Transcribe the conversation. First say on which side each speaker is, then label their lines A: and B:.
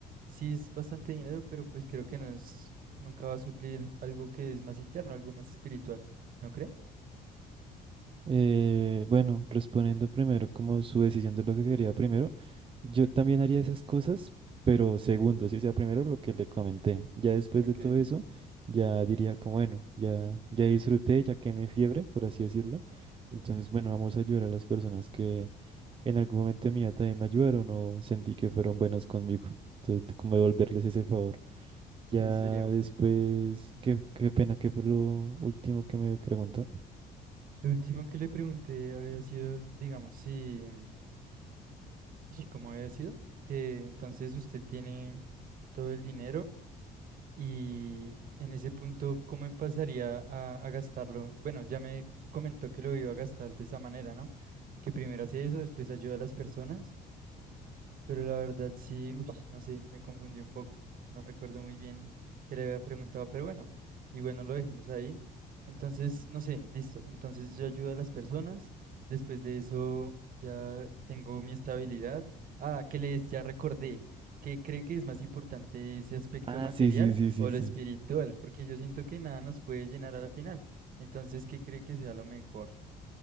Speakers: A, on the right (about 55°); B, on the right (about 30°).
A: sí es bastante dinero, pero pues creo que no es, nunca va a suplir algo que es más interno, algo más espiritual. ¿No cree?
B: Eh, bueno, respondiendo primero como su decisión de lo que quería primero, yo también haría esas cosas, pero segundo, si sea primero lo que le comenté, ya después
A: Ok,
B: de todo eso, ya diría como, bueno, ya, ya disfruté, ya quemé fiebre, por así decirlo.
A: sí,
B: Entonces, bueno, vamos a ayudar a las personas que en algún momento de mi vida también me ayudaron o sentí que fueron buenas conmigo. Entonces, de como devolverles ese favor.
A: sí,
B: Ya
A: eso sería bueno.
B: después, qué, qué pena que fue lo último que me preguntó.
A: Lo último que le pregunté había sido, digamos, si, si cómo había sido, que entonces usted tiene todo el dinero y en ese punto, ¿cómo empezaría a, a gastarlo? Bueno, ya me comentó que lo iba a gastar de esa manera, ¿no? Que primero hace eso, después ayuda a las personas. Pero la verdad sí, uy, no sé, me confundí un poco. No recuerdo muy bien que le había preguntado, pero bueno, y bueno, lo dejemos ahí. Entonces, no sé, listo. Entonces yo ayudo a las personas. Después de eso ya tengo mi estabilidad. Ah, que les ya recordé. ¿Qué cree que es más importante ese aspecto
B: Ah,
A: material
B: sí, sí, sí, sí,
A: o lo
B: sí.
A: espiritual? Porque yo siento que nada nos puede llenar a la final. Entonces, ¿qué cree que sea lo mejor?